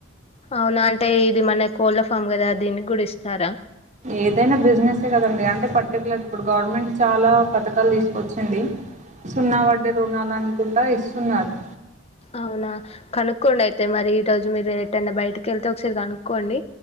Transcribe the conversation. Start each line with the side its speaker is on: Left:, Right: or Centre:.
Left: అవునా అంటే ఇది మన కోళ్ళ ఫామ్ కదా దీన్ని కూడా ఇస్తారా
Right: ఏదైనా బిజినెసే కదండి అంటే <unintelligible> పర్టికులర్ ఇప్పుడు గవర్నమెంట్ చాలా పథకాలు తీసుకు వొచ్చింది సున్నా వడ్డీ రుణాల కుంటా ఇస్తున్నారు
Left: అవునా కనుకోండి ఐతే మరి మీరు ఈరోజు ఎటైనా బయటికెళ్తే ఒకసారి కనుకోండి